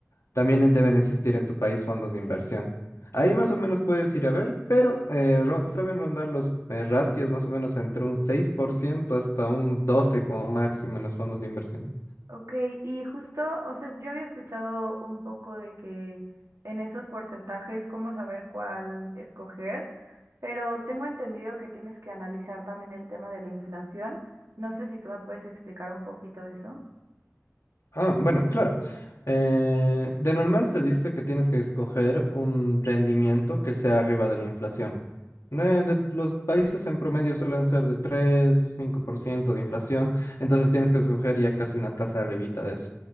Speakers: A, on the left; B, on the right.
A: También deben existir en tu país fondos de inversión. Ahí
B: Sí.
A: más o menos puedes ir a ver, pero eh, ro- saben rondar los eh, ratios más o menos entre un 6% hasta un 12% como máximo en los fondos de inversión.
B: Ok, y justo, o sea, yo había escuchado un poco de que en esos porcentajes, cómo saber cuál escoger, pero tengo entendido que tienes que analizar también el tema de la inflación. No sé si tú me puedes explicar un poquito eso.
A: Ah, bueno, claro. Eh, de normal se dice que tienes que escoger un rendimiento que sea arriba de la inflación. Eh, de- los países en promedio suelen ser de tres cinco por ciento de inflación, entonces tienes que escoger ya casi una tasa arribita de eso.